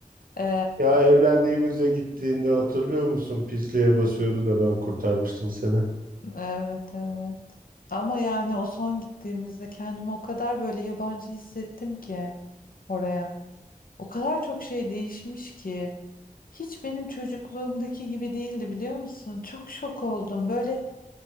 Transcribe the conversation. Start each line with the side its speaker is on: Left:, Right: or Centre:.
Left: Ee,
Right: Ya evlendiğimize gittiğinde hatırlıyor musun? Pisliğe basıyordun da ben kurtarmıştım seni.
Left: evet evet ama yani o son gittiğimizde kendimi o kadar böyle yabancı hissettim ki oraya. O kadar çok şey değişmiş ki. Hiç benim çocukluğumdaki gibi değildi biliyor musun? Çok şok oldum. Böyle